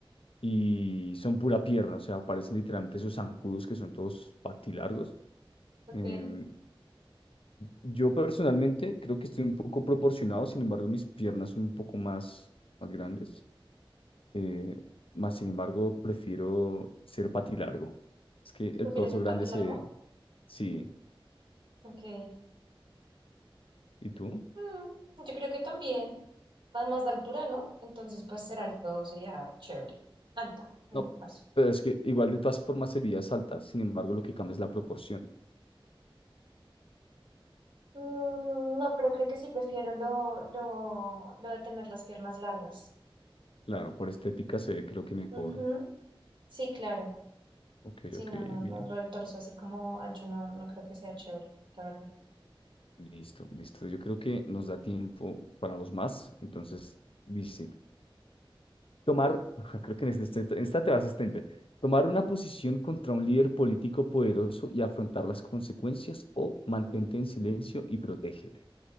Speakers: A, on the left; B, on the right.
A: y son pura pierna, o sea, parecen literalmente esos zancudos que son todos patilargos.
B: Ok,
A: Em, yo personalmente creo que estoy un poco proporcionado, sin embargo, mis piernas son un poco más, más grandes. Eh, más sin embargo, prefiero ser patilargo. Es que el
B: ¿prefieres
A: torso
B: el
A: grande
B: pati largo?
A: se... Sí.
B: Ok,
A: ¿Y tú?
B: Mm, yo creo que también. Además de altura, ¿no? Entonces, pues ser alto sería chévere. Alta, en
A: No,
B: mi caso.
A: pero es que igual de todas formas serías alta, sin embargo, lo que cambia es la proporción.
B: Mm, No, pero creo que sí prefiero lo, lo, lo de tener las piernas largas.
A: Claro, por estética se ve creo que mejor.
B: Ujú, Sí, claro.
A: Ok,
B: Sí,
A: ok,
B: no, no,
A: bien.
B: no, lo del torso así como ancho no, no creo que sea chévere, la verdad.
A: Listo, listo. Yo creo que nos da tiempo para los más. Entonces, dice, Tomar, <laughs> creo que en este- en esta te vas a extender, tomar una posición contra un líder político poderoso y afrontar las consecuencias o mantente
B: Ujú.
A: en silencio y protégete,